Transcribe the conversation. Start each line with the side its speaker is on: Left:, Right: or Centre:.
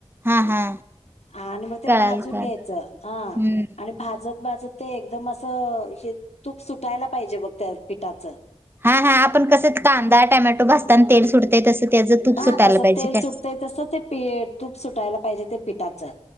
Right: हा हा
Left: आणि मग ते
Right: कळाल
Left: भाजून
Right: कळाल
Left: घ्यायचं ह
Right: हम्म
Left: आणि भाजत. माझं ते एकदम असं हे तूप सुटायला पाहिजे बघ त्या पिठाचं.
Right: हा हा. आपण कस कांदा टमॅटो भासताना तेल सुटतय तसं त्याच तूप
Left: हा
Right: सुटायला
Left: तसं
Right: पाहिजे
Left: तेल
Right: काय?
Left: सुटतंय तसं ते तूप सुटायला पाहिजे ते पिठाचं.